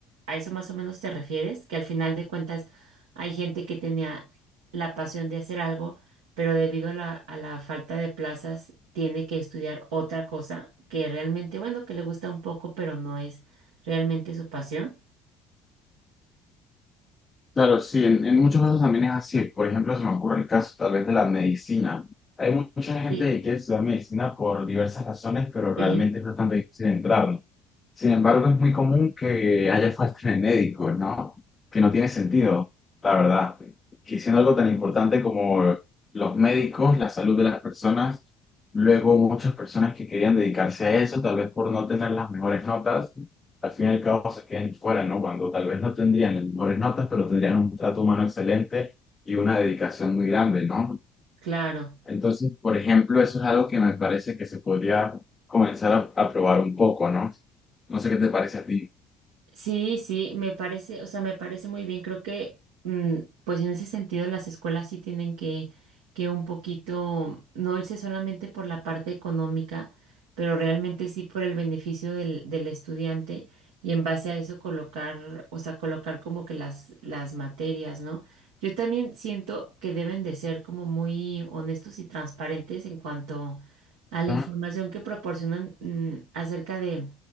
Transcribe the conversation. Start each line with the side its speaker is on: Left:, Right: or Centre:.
Right: ¿A eso más o menos te refieres? Que al final de cuentas hay gente que tenía la pasión de hacer algo, pero debido a la, a la falta de plazas tiene que estudiar otra cosa que realmente, bueno, que le gusta un poco, pero no es realmente su pasión.
Left: Claro, sí, en, en muchos casos también es así. Por ejemplo, se me ocurre el caso tal vez de la medicina. Hay mucha gente
Right: Sí,
Left: que quiere estudiar medicina por diversas razones, pero realmente
Right: sí,
Left: es bastante difícil entrar, ¿no? Sin embargo, es muy común que haya falta de médicos, ¿no? Que no tiene sentido, la verdad. Que siendo algo tan importante como los médicos, la salud de las personas, luego muchas personas que querían dedicarse a eso, tal vez por no tener las mejores notas, al fin y al cabo se queden fuera, ¿no? Cuando tal vez no tendrían las mejores notas, pero tendrían un trato humano excelente y una dedicación muy grande, ¿no?
Right: claro.
Left: Entonces, por ejemplo, eso es algo que me parece que se podría comenzar a, a probar un poco, ¿no? No sé qué te parece a ti.
Right: Sí, sí, me parece, o sea, me parece muy bien. Creo que, mm, pues en ese sentido, las escuelas sí tienen que, que un poquito, no irse solamente por la parte económica, pero realmente sí por el beneficio del, del estudiante y en base a eso colocar, o sea, colocar como que las, las materias, ¿no? Yo también siento que deben de ser como muy honestos y transparentes en cuanto a la
Left: Ujú,
Right: información que proporcionan, mm, acerca de